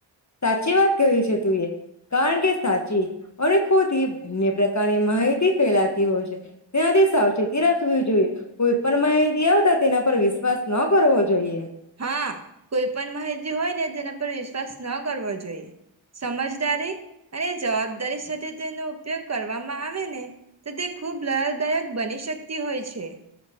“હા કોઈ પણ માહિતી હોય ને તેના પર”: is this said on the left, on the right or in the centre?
Right